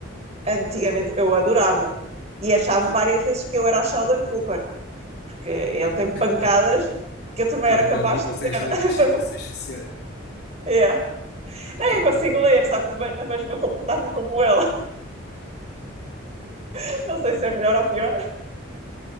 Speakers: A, on the right; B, on the left.
A: antigamente eu adorava. E
B: É
A: achava
B: muito giro.
A: várias vezes que eu era o Sheldon Cooper, porque ele
B: <laughs>
A: tem pancadas que eu também
B: Que
A: era
B: não,
A: capaz
B: con- não consegues
A: de ter.
B: ler as situações
A: <laughs>
B: sociais.
A: Yeah.
B: Então,
A: É, eu consigo ler, só que ve- vejo-me a comportar-me como ele. <laughs> Não sei se é melhor ou pior.